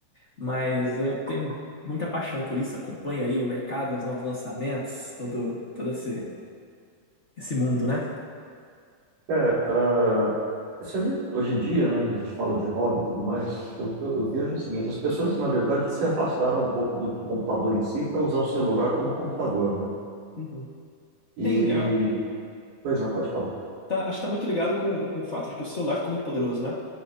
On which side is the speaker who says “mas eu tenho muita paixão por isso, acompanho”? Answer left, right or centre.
Left